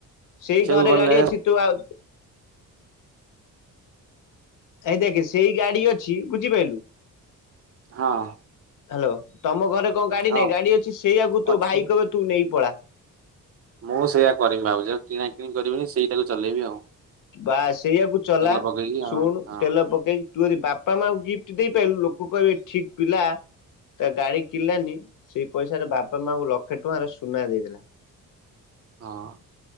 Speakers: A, on the right; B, on the left.
A: ଦେଖିବାକୁ
B: ସେଇ ଘରେ
A: ଗଲେ
B: ଗାଡି ଅଛି ତୁ ଆଉ। ଏଇ ଦେଖେ ସେଇ ଗାଡି ଅଛି ବୁଝିପାଇଲୁ।
A: ହଁ।
B: ହାଲୋ ତମ ଘରେ କଣ ଗାଡି
A: ହଁ
B: ନାଇଁ ଗାଡି ଅଛି ସେଇଆକୁ ତୋ
A: ଅଛି।
B: ଭାଇ କହିବ ତୁ ନେଇ ପଳା।
A: ମୁଁ ସେଇୟା କରିମି ଭାବୁଚି ଆଉ କିଣା କିିଣି କରିବିନି ସେଇଟାକୁ ଚଲେଇବି ଆଉ।
B: ବାସ୍ ସେଇଆକୁ ଚଲା,
A: ତେଲ ପକେଇକି
B: ଶୁଣୁ
A: ଆଉ ହଁ।
B: ତେଲ ପକେଇ ତୁ ଯଦି ବାପା, ମାଙ୍କୁ ଗିଫ୍ଟ ଦେଇପାଇଲୁ ଲୋକ କହିବେ ଠିକ୍ ପିଲା। ତା ଗାଡି କିିଣିଲାନି ସେଇ ପଇସାରେ ବାପା, ମାଆଙ୍କୁ ଲକ୍ଷେ ଟଙ୍କାର ସୁନା ଦେଇଦେଲା। <unintelligible>
A: ହଁ।